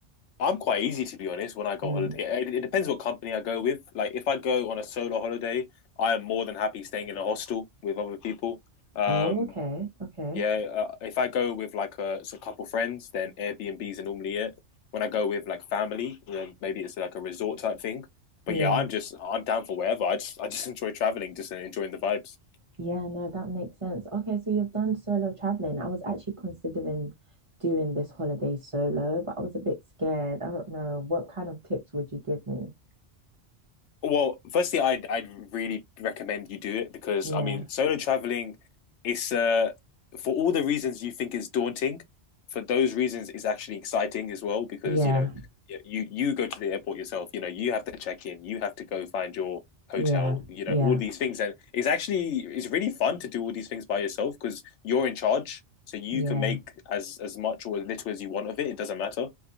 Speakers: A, on the left; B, on the right.
A: I'm quite easy to be honest when I go
B: Mm.
A: holiday. It, it depends what company I go with. Like if I go on a solo holiday, I am more than happy staying in a hostel with other people. Um,
B: Oh, okay. Okay.
A: yeah, uh, if I go with like a, so a couple friends, then Airbnbs are normally it. When I go with like family, then maybe it's like a resort type thing. But
B: Yeah.
A: yeah, I'm just I'm down for wherever. I just I just <laughs> enjoy traveling, just enjoying the vibes.
B: Yeah, no, that makes sense. Okay, so you've done solo traveling. I was actually considering doing this holiday solo, but I was a bit scared. I don't know. What kind of tips would you give me?
A: Well, firstly, I'd I'd really recommend you do it because
B: Yeah.
A: I mean, solo traveling, it's uh for all the reasons you think is daunting, for those reasons it's actually exciting as well because
B: Yeah.
A: you know y- you you go to the airport yourself, you know you have to check in, you have to go find your hotel,
B: Yeah.
A: you
B: Yeah.
A: know all these things, and it's actually it's really fun to do all these things by yourself because you're in charge, so you
B: Yeah.
A: can make as as much or as little as you want of it. It doesn't matter.